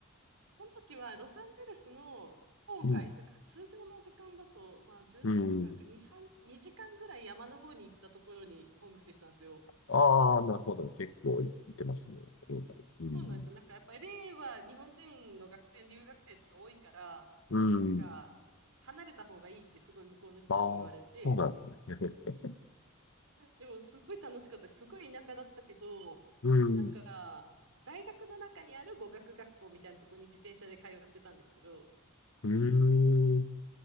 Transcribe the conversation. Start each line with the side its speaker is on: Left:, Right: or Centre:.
Right: その時はロサンゼルスの郊外、
Left: うん。
Right: だから通常の時間だと、まあ渋滞とかなく2、
Left: うん。
Right: 3、2時間ぐらい山の方に行ったところにホームステイしたんですよ。
Left: ああ、なるほど。結構いってますね。う
Right: そうなんですよ。
Left: ん。
Right: なんかやっぱり l は日本人の学生、留学生とか多いから、
Left: うん。
Right: なんか離れた方がいいってすごい向こうの人に言われて、
Left: ああ、そうなんですね。<laughs>
Right: でもすごい楽しかったです。すごい田舎だったけど、
Left: うん。
Right: なんか大学の中にある語学学校みたいなところに自転車で通ってたんですけど、
Left: うーん。